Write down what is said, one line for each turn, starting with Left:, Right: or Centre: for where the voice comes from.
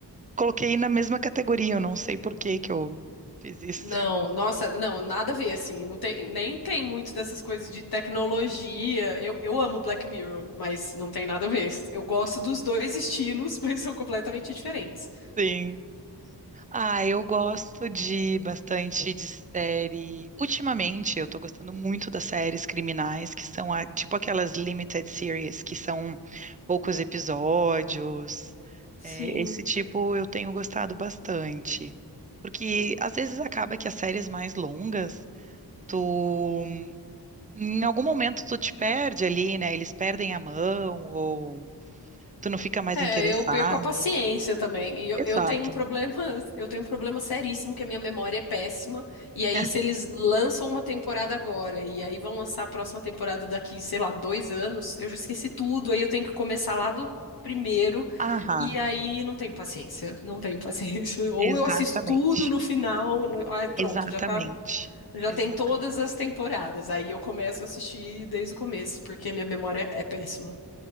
Right: coloquei na mesma categoria, eu não sei por que que eu fiz isso.
Left: Não,
Right: <laughs>
Left: nossa, não, nada a ver, assim, não tem, nem tem muito dessas coisas de tecnologia. Eu, eu amo Black Mirror, mas não tem nada a ver. Eu gosto dos dois estilos, <laughs> mas são completamente diferentes.
Right: Sim. Ah, eu gosto de bastante de série. Ultimamente, eu tô gostando muito das séries criminais, que são a- tipo aquelas limited series, que são poucos episódios.
Left: Sim.
Right: É, esse tipo eu tenho gostado bastante. Porque às vezes acaba que as séries mais longas, tu em algum momento tu te perde ali, né? Eles perdem a mão ou tu não fica mais
Left: É,
Right: interessado.
Left: eu perco a paciência também. E eu,
Right: Exato.
Left: eu tenho um problema, <laughs> eu tenho um problema seríssimo que a minha memória é péssima. E aí,
Right: <laughs>
Left: se eles lançam uma temporada agora e aí vão lançar a próxima temporada daqui, sei lá, dois anos, eu já esqueci tudo. Aí eu tenho que começar lá do primeiro.
Right: Aham,
Left: E aí não tenho paciência, não tenho paciência. <laughs> Ou
Right: exatamente.
Left: eu assisto tudo no final, no- ah, pronto,
Right: Exatamente.
Left: já tá, já
Right: Exatamente.
Left: tem todas as temporadas. Aí eu começo a assistir desde o começo, porque a minha memória é péssima.